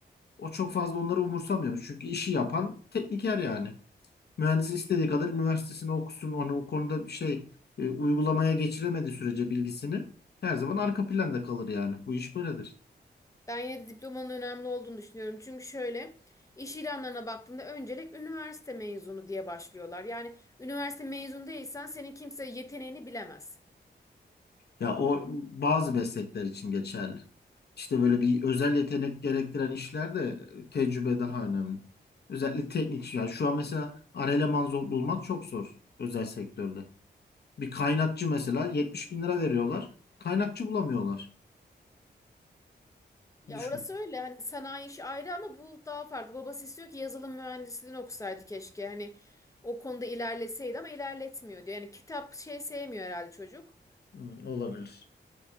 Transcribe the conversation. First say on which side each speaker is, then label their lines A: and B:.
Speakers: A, on the left; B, on the left.
A: o çok fazla onları umursamıyormuş. Çünkü işi yapan tekniker yani. Mühendis istediği kadar üniversitesini okusun. Onu o konuda bir şey e, uygulamaya geçiremediği sürece bilgisini her zaman arka planda kalır yani. Bu iş böyledir.
B: Ben yine de diplomanın önemli olduğunu düşünüyorum. Çünkü şöyle iş ilanlarına baktığında öncelik üniversite mezunu diye başlıyorlar. Yani üniversite mezunu değilsen senin kimse yeteneğini bilemez.
A: Ya o bazı meslekler için geçerli. İşte böyle bir özel yetenek gerektiren işlerde e, tecrübe daha önemli. Özellikle teknik. Yani şu an mesela ar eleman zor- bulmak çok zor özel sektörde. Bir kaynakçı mesela 70 bin lira veriyorlar. Kaynakçı bulamıyorlar.
B: Ya
A: Düşün.
B: orası öyle hani sanayi işi ayrı ama bu daha farklı. Babası istiyor ki yazılım mühendisliğini okusaydı keşke. Hani o konuda ilerleseydi ama ilerletmiyor diyor. Yani kitap şey sevmiyor herhalde çocuk.
A: Hmm, olabilir.